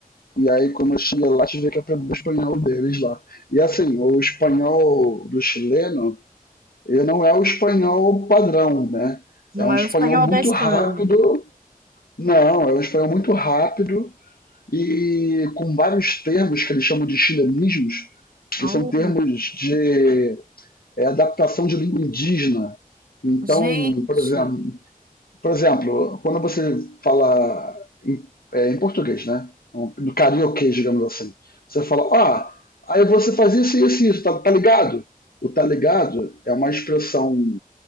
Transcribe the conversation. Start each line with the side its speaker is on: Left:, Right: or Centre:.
Left: e aí quando eu cheguei lá, tive que aprender o espanhol deles lá. E assim, o espanhol do chileno, ele não é o espanhol padrão, né?
Right: Não
Left: É um
Right: é
Left: espanhol
Right: o espanhol
Left: muito
Right: da Espanha.
Left: rápido, não, é um espanhol muito rápido e com vários termos que eles chamam de chilenismos, que
Right: Oh,
Left: são termos de é, adaptação de língua indígena. Então,
Right: gente.
Left: por exemplo, Por exemplo, quando você fala em, é, em português, né? No carioquês, digamos assim. Você fala, ah, aí você faz isso, isso e isso, tá, tá ligado? O tá ligado é uma expressão